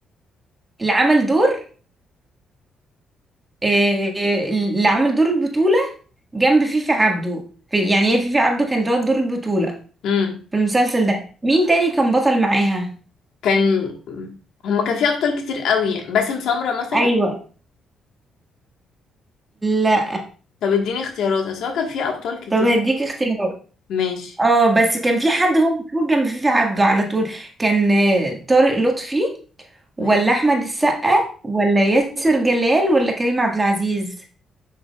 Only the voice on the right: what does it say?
اللي عمل دور آه، اللي عمل دور البطولة جنب فيفي عبده في- يعني هي فيفي عبده كانت واخدة دور البطولة
في المسلسل ده مين تاني كان بطل معاها؟
ايوه لا
طب هديك اختيارات
اه بس كان في حد هو مشهور جنب فيفي عبده على طول كان آه، طارق لطفي ولا
احمد السقا ولا ياسر جلال ولا كريم عبد العزيز